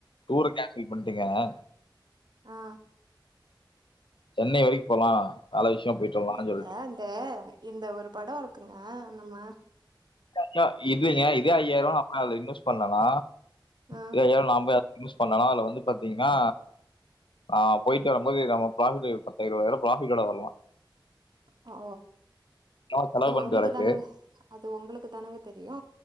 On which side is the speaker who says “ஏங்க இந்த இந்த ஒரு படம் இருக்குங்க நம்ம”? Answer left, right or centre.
Right